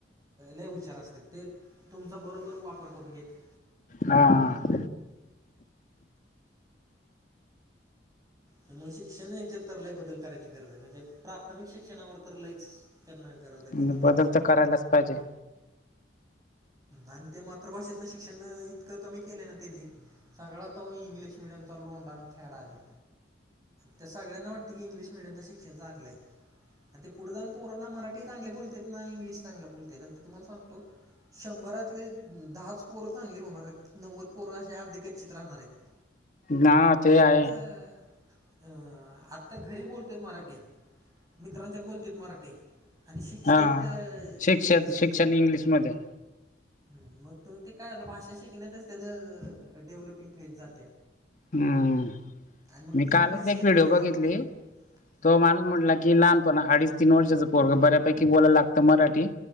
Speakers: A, on the right; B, on the left.
A: लई हुशार असतेत ते तुमचा बरोबर वापर करून घेतेत.
B: हा हा.
A: त्यामुळे शिक्षण याच्यात तर लई बदल करायची गरज आहे. म्हणजे प्राथमिक शिक्षणावर तर लईच त्यांना गरज आहे
B: मग
A: करायची
B: बदल तर करायलाच पाहिजे.
A: आणि ते मातृभाषेतनं शिक्षण इतकं कमी केलंय ना त्यांनी. सगळा तो इंग्लिश मिडीयमचा लोंडा आणि फॅड आलंय. त्या सगळ्यांना वाटतं की इंग्लिश मिडियमच शिक्षण चांगलं आहे. आणि ते पुढे जाऊ पोरांना मराठी चांगले बोलतेत ना इंग्लिश चांगलं बोलतेत आणि ते तुम्हाला सांगतो शंभरातले दहाच पोरं चांगली होणार आहेत. नव्वद पोरं अशीे आर्धि कच्चिउ राहणार आहेत. <inaudible>
B: ना ते आहे.
A: अ अंआत्ता घरी बोलत्यात मराठी, मित्रांच्यात बोलत्यात मराठी. आणि शिकतेत
B: हा शिक्षक
A: इंग्लिशमध्ये.
B: शिक्षण इंग्लिशमध्ये.
A: हम्म, मग तु ते काय आता भाषा शिकण्यातच त्याज डेव्हलपिंग फेज जात्या.
B: हम्म.
A: आणि मग
B: मी
A: ती
B: कालच
A: बी भाषा
B: एक
A: येत
B: व्हिडिओ
A: नाही
B: बघितली,
A: आपली हम्म.
B: तो माणूस म्हंटला की लहानपण अडीच तीन वर्षाचं पोरग बऱ्यापैकी बोलायला लागतं मराठी.